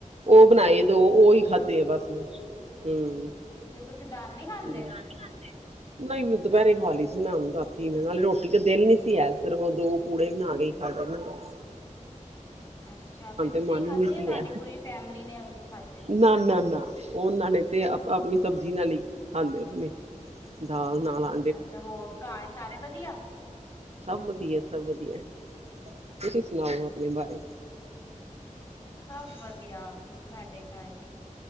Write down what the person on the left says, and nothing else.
ਅੱਛਾ
ਤੇ ਤੁਸੀਂ ਦਾਲ ਨੀ ਖਾਂਦੇ
ਅੱਛਾ, ਫੇਰ ਤੂਸੀ
ਖਾੱਦੇ
ਯਾ
ਤੂਆਡੀ
ਪੂਰੀ ਫੈਮਿਲੀ ਨੇ ਔਈਓ ਖਾੱਦੇ?
ਅੱਛਾ, ਹੋਰ ਘਾੱਰ ਸਾਰੇ ਵਦੀਆ?
ਸਬ ਵਦੀਆ ਸਾਡੇ ਘਾਰ ਵੀ,